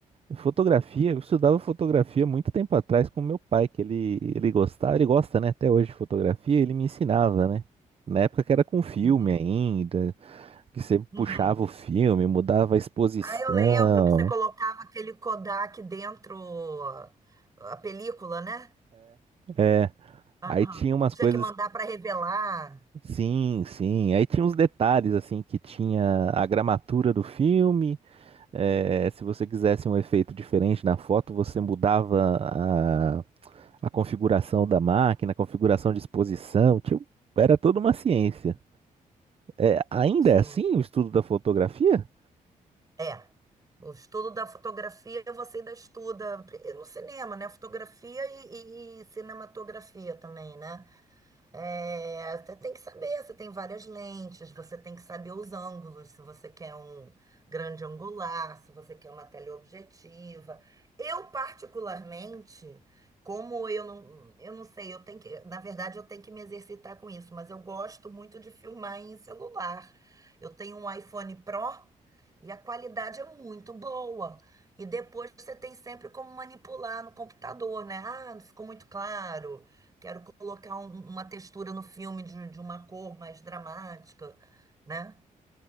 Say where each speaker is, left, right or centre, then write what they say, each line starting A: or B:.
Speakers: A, on the right; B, on the right.
A: Fotografia, eu estudava fotografia muito tempo atrás com meu pai, que ele, ele gostava, ele gosta, né, até hoje de fotografia, ele me ensinava, né? Na época que era com filme
B: Uhum.
A: ainda, que você
B: Uhum.
A: puxava o filme, mudava a exposição.
B: Ah, eu lembro que você colocava aquele Kodak dentro ó, a película, né?
A: É,
B: Aham.
A: aí tinha umas
B: E tinha
A: coisas,
B: que mandar para revelar.
A: sim, sim, aí tinha uns detalhes assim que tinha a gramatura do filme, É, se você quisesse um efeito diferente na foto, você mudava a, a configuração da máquina, a configuração de exposição, tipo, era toda uma ciência. É, ainda
B: Sim.
A: é assim o estudo da fotografia?
B: É. O estudo da fotografia você ainda estuda pri- no cinema, né? Fotografia e, e- e cinematografia também, né? É, você tem que saber, você tem várias lentes, você tem que saber os ângulos, se você quer um grande angular, se você quer uma teleobjetiva. Eu, particularmente, como eu não, eu não sei, eu tenho que, na verdade, eu tenho que me exercitar com isso, mas eu gosto muito de filmar em celular. Eu tenho um iPhone Pro e a qualidade é muito boa. E depois você tem sempre como manipular no computador, né? Ah, não ficou muito claro. Quero colocar um- uma textura no filme de, de uma cor mais dramática, né?